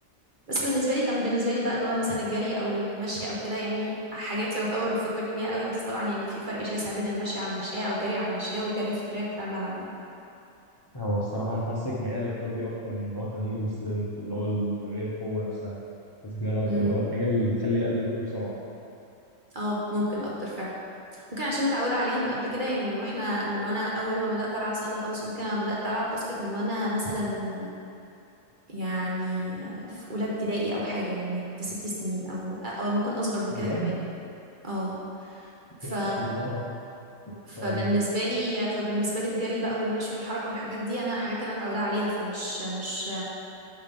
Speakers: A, on the right; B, on the left.
A: بس بالنسبه لي كان بالنسبه لي بقى اللي هو مثلا الجري او المشي او كده يعني حاجات يعتبر بتفكرني بيها قوي بس طبعا يعني في فرق شاسع بين المشي على المشاية او الجري على المشاية والجري في التراك بتاع الملعب يعني
B: هو الصراحة أنا حاسك ميال للكارديو أكتر من اللي هو تمارين السترينث اللي هو تمارين القوة نفسها حاسك ميال أكتر
A: امم
B: اللي هو الحاجة اللي تخلي القلب يدق بسرعة
A: اه ممكن اكتر فعلا ممكن عشان متعوده عليها من قبل كده يعني من واحنا من وانا اول ما بدات العب سله خالص ممكن انا بدات العب باسكت من وانا مثلا يعني في اولى ابتدائي او حاجه يعني كنت ست سنين او أو ممكن اصغر من
B: بجد
A: كده كمان اه
B: <laughs>
A: ف
B: يا الله إن
A: فبالنسبه
B: شاء الله
A: لي فبالنسبه لي الجري بقى والمشي والحركه والحاجات دي انا حاجات انا متعوده عليها فمش مش